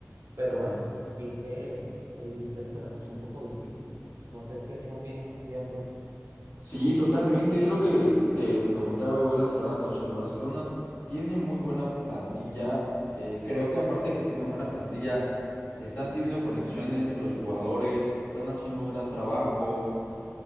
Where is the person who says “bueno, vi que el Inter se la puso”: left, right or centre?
Right